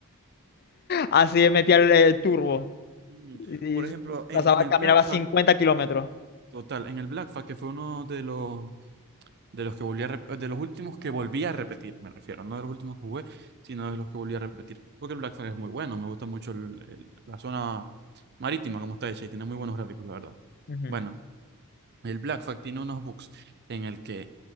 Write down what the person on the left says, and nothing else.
Así metía el, el turbo.
Y,
y
pasaba,
caminaba
50 kilómetros.
Ujú.